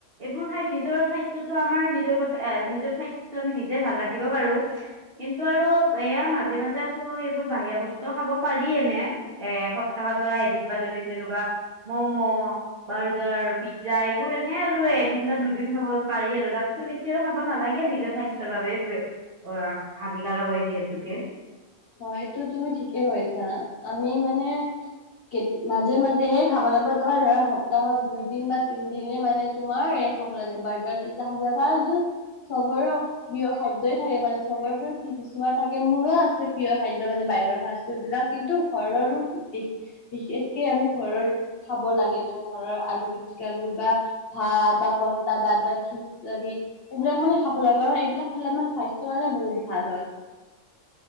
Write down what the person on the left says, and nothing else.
হয় এইটো তুমি ঠিকে কৈছা, আমি মানে কেত মাজে, মাজেহে খাব লাগিব, তোমাৰ ধৰা সপ্তাহত দুই দিন বা তিনদিনে মানে তোমাৰ এ খাব লাগে, বাৰ্গাৰ, পিজ্জা খাব লাগে, কাৰণটো চবৰে প্ৰিয় খাদ্যয়েই থাকে মানে, চবৰে পৰা কি, কিছুমান থাকে, মোৰো আছে প্ৰিয় খাদ্য মানে বাহিৰৰ ফাষ্টফুড বিলাক, কিন্তু ঘৰৰো বি বিশেষকে আমি ঘৰৰ খাব লাগে মানে ঘৰৰ, আলু পিটিকাবোৰ বা ভাত বা পণ্টা ভাত বা খিচীৰি এইবিলাক মানে খাব লাগে, কাৰণ এইবিলাক খালে আমাৰ স্বাস্থ্যৰ কাৰণে বহুত ভাল হয়।